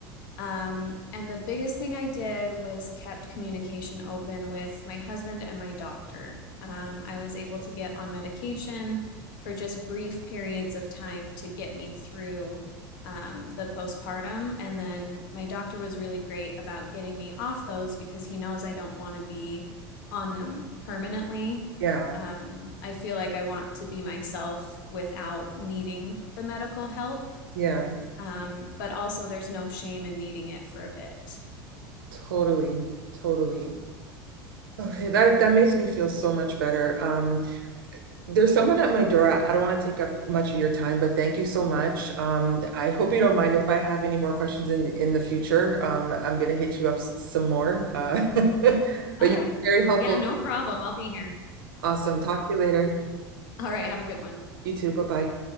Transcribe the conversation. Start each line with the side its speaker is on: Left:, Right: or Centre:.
Left: Um, and the biggest thing I did was kept communication open with my husband and my doctor. Um, I was able to get on medication for just brief periods of time to get me through um, the postpartum. And then my doctor was really great about getting me off those because he knows I don't want to be on them permanently.
Right: yeah,
Left: Um, I feel like I want to be myself without needing the medical help.
Right: yeah,
Left: Um, but also, there's no shame in needing it for a bit.
Right: totally, totally. Okay, that that makes me feel so much better. Um, There's someone at my door. I don't want to take up much of your time, but thank you so much. Um, I hope you don't mind if I have any more questions in in the future. Um, I'm gonna hit you up s- some more. Uh, <laughs> but
Left: All
Right: you've
Left: right.
Right: been very helpful.
Left: Yeah, no problem. I'll be here.
Right: Awesome. Talk to you later.
Left: All right. Have a good one.
Right: You too. Bye bye.